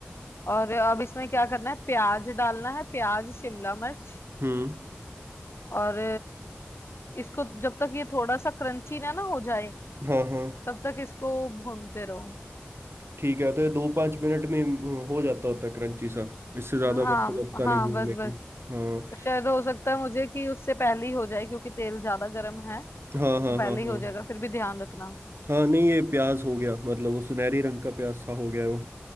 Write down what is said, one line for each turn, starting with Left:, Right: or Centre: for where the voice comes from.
Left: और अब इसमें क्या करना है प्याज डालना है प्याज शिमला मिर्च
Right: हम्म
Left: और इसको जब तक ये थोड़ा सा क्रंची ना ना हो जाए
Right: हाँ हाँ
Left: तब तक इसको भूनते रहो
Right: ठीक है तो ये दो पाँच मिनट में हम्म, हो जाता होता है क्रंची सा इससे ज़्यादा
Left: हाँ
Right: मेरे को लगता
Left: हाँ
Right: नहीं भूनने
Left: बस
Right: की
Left: बस
Right: हाँ
Left: तो शायद हो सकता है मुझे कि उससे पहले ही हो जाए क्योंकि तेल ज्यादा गर्म है
Right: हाँ हाँ
Left: तो पहले
Right: हाँ हाँ
Left: ही हो जाएगा फिर भी ध्यान रखना
Right: हाँ नहीं ये प्याज हो गया मतलब वो सुनहरी रंग का प्याज सा हो गया है वो